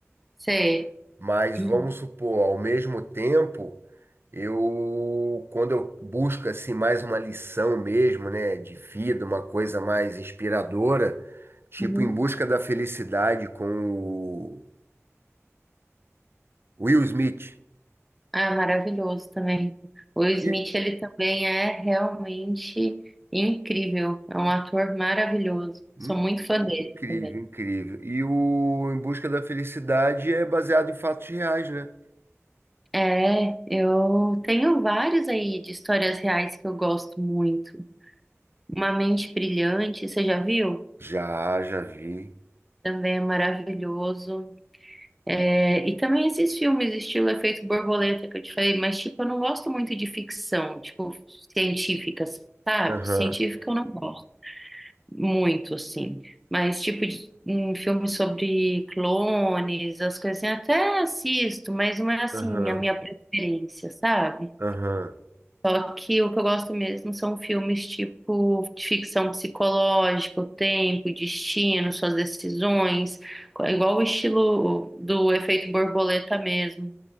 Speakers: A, in the centre; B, on the right (about 50°).
A: sei.
B: Mas
A: Uhum.
B: vamos supor, ao mesmo tempo, eu quando eu busco assim mais uma lição mesmo, né, de vida, uma coisa mais inspiradora, tipo
A: Uhum.
B: Em Busca da Felicidade com o Will Smith.
A: Ah, maravilhoso também. O Will Smith,
B: E-
A: ele também é realmente incrível. É um ator maravilhoso.
B: in-
A: Sou muito fã dele
B: Incrível,
A: também.
B: incrível. E o Em Busca da Felicidade é baseado em fatos reais, né?
A: É, eu tenho vários aí de histórias reais que eu gosto muito. Uma Mente Brilhante, você já viu?
B: Já, já vi.
A: também é maravilhoso. É, e também esses filmes, estilo Efeito Borboleta, que eu te falei, mas, tipo, eu não gosto muito de ficção, tipo, científica, sabe?
B: Aham.
A: Científica eu não gosto muito, assim. Mas, tipo, de, um filme sobre clones, as coisas assim, até assisto, mas não é, assim,
B: Aham,
A: a minha preferência, sabe?
B: aham.
A: Só que o que eu gosto mesmo são filmes tipo de ficção psicológica, o tempo, o destino, suas decisões, igual o estilo do efeito borboleta mesmo.